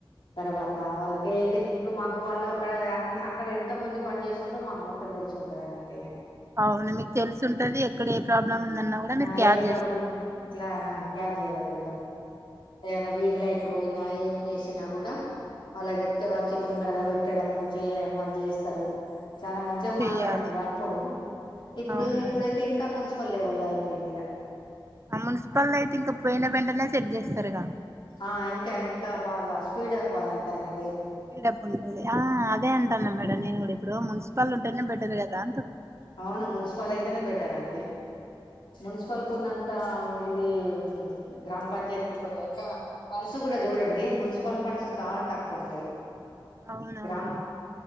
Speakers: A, on the left (about 65°); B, on the right (about 30°).
A: తర్వాత వాళ్ళకే ఇదే ఇప్పుడు మాకు వాళ్ళు అక్కడ అక్కడ ఎంత మంది పని చేేస్తుంరో మాకు మొత్తం తెలిసి ఉంటది అన్నట్టిగా
B: అవును మీకు తెలుసుంటది ఎక్కడ ఏ ప్రాబ్లమ్ ఉందన్నా కూడా మీరు
A: ఆ
B: క్యాచ్
A: ఏ ప్రాబ్లం
B: చేస్తారు
A: ఉన్నా ఇట్లా క్యాచ్ చేయగలుగుతాం ఏవన్న వీధి లైట్ ట్లు పోయిన ఏం చేస్ చ్చినా గూడ వాళ్ళక్ చెప్తే వచ్చి తొందరగా పెట్టడము, చెయడము అది చేస్తారు. చాలా మంచిగా
B: చెయ్యాలి
A: మాట్లాడుతుండే అప్పుడు. ఇప్పుడు
B: అవును
A: ఇప్పుడైతే
B: మేడం
A: ఇంకా మున్సిపల్ లేవల్. లా అయిపోయింది. ఇగ,
B: ఆ మున్సిపల్ అయితే ఇంకా పోయిన వెంటనే సెట్ చేస్తరుగా.
A: ఆ ఇంకా ఇంకా బాగా స్పీడ్ అప్ అయితానట్.
B: స్పీడ్ అప్ ఉంటది. ఆ అదే అంటాన మేడం నేను గూడ ఇప్. ప్పుడు మున్స్. పల్లుంటేనే బెటర్ గదా.
A: అవును మున్సిపల్ అయితేనే బెట్ట్. టరండి. మున్సిపల్కున్నంత. ఇ ఇది మ్ గ్రామ్ పంచాయతీ కి కొదిగా ఎట్టైన ఫండ్స్ కూడా చూడండి. మున్సిపల్ ఫండ్స్ చాలా తక్కువ ఉంటయి.
B: అవునవును
A: గ్రామ్